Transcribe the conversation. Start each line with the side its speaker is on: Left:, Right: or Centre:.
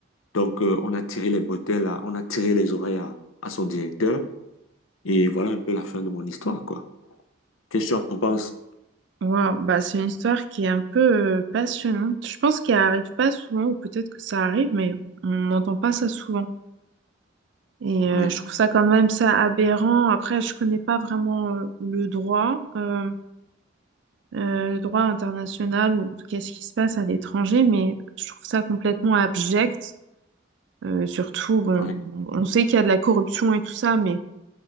Left: Donc, euh, on a tiré les bretelles, à- on a tiré les oreilles à, à son directeur. Et voilà un peu la fin de mon histoire, quoi. Qu'est-ce que tu en penses?
Right: Wow. Bah, c'est une histoire qui est un peu euh, passionnante. Je pense qu'elle arrive pas souvent, ou peut-être que ça arrive, mais on n'entend pas ça souvent. Et euh,
Left: Ouais,
Right: je trouve ça quand même ça aberrant. Après, je connais pas vraiment euh, le droit, euh, euh, le droit international ou qu'est-ce qui se passe à l'étranger, mais je trouve ça complètement abject. Euh, surtout, bon,
Left: ouais,
Right: on sait qu'il y a de la corruption et tout ça, mais